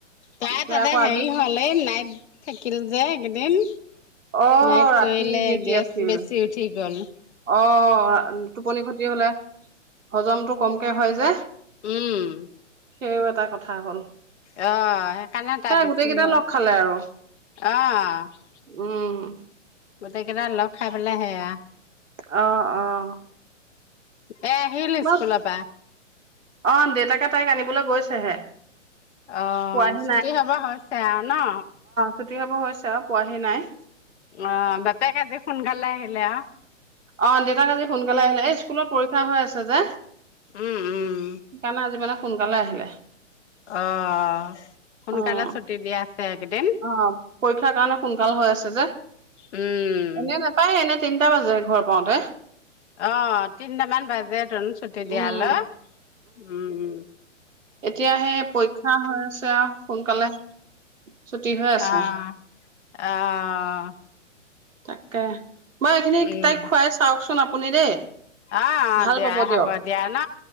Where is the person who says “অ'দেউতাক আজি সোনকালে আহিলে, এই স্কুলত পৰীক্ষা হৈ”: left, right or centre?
Right